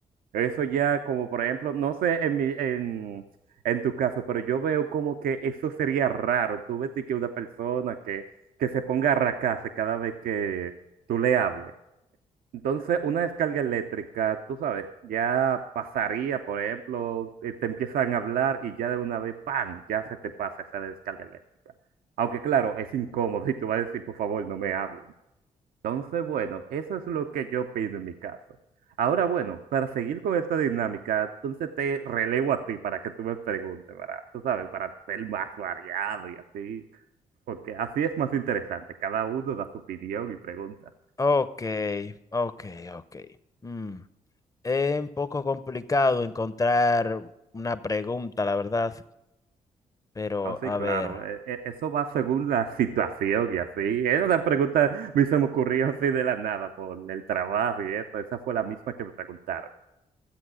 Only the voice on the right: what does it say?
Eso ya como por ejemplo, no sé en, mi, en, en tu caso, pero yo veo como que eso sería raro. Tú ves que una persona que, que se ponga a arrascarse cada vez que tú le hables. Entonces, una descarga eléctrica, tú sabes, ya pasaría, por ejemplo, eh, te empiezan a hablar y ya de una vez, ¡pam!, ya se te pasa esa descarga eléctrica. Aunque claro, es incómodo y tú vas a decir, por favor, no me hables. Entonces, bueno, eso es lo que yo opino en mi caso. Ahora, bueno, para seguir con esta dinámica, entonces te relevo a ti para que tú me preguntes, ¿verdad? Tú sabes, para ser más variado y así, porque así es más interesante. Cada uno da su opinión y pregunta.
No, sí,
claro,
e- e- eso va según la situación y así. Esa una pregunta me se me ocurrió así de la nada por el trabajo y eso. Esa fue la misma que me preguntaron.